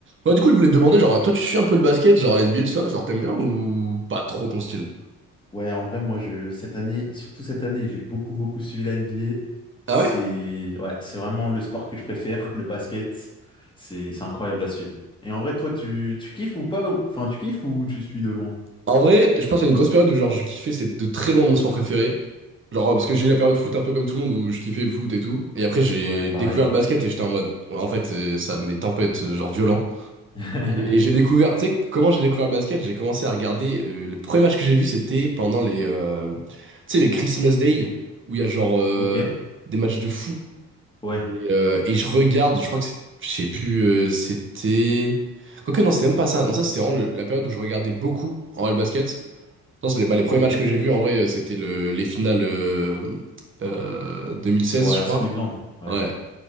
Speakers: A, on the right (about 40°); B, on the left (about 15°).
A: Ouais, du coup, je voulais te demander, genre, toi, tu suis un peu le basket, genre l'NBA, tout ça, genre, t'aimes bien ou pas trop ton style?
B: Ouais, en vrai, moi, je, cette année, surtout cette année, j'ai beaucoup, beaucoup suivi la NBA. C'est,
A: Ah ouais?
B: ouais, c'est vraiment le sport que je préfère, <laughs> le basket. C'est, c'est incroyable à suivre. Et en vrai, toi, tu, tu kiffes ou pas? ou- Enfin, tu kiffes ou tu suis de loin?
A: En vrai, je pense à une grosse période où, genre, je kiffais, c'était de très loin mon sport préféré. Genre, ouais, parce que j'ai eu la période foot un peu comme tout le monde où je kiffais le foot et tout. Et après, j'ai
B: Ouais, pareil.
A: découvert le basket et j'étais en mode, ouais, en fait, euh, ça m'est tempête, euh, genre, violent.
B: <laughs>
A: Et j'ai découvert, tu sais, comment j'ai découvert le basket? J'ai commencé à regarder, euh, le premier match que j'ai vu, c'était pendant les, euh, tu sais, les Christmas Day, où il y a, genre, euh,
B: Ok,
A: des matchs de fou.
B: ouais,
A: Et, euh, et je regarde, je crois que c'est, je sais plus, euh, c'était. Quoique, non, c'était même pas ça. Non, ça, c'était vraiment le- la période où je regardais beaucoup en L basket. Non, c'est les, bah, les premiers
B: ok.
A: matchs
B: Les
A: que j'ai vus, en vrai, euh, c'était le, les finales euh, euh, 2016,
B: Warriors
A: je crois.
B: Cleveland, ouais.
A: Ouais.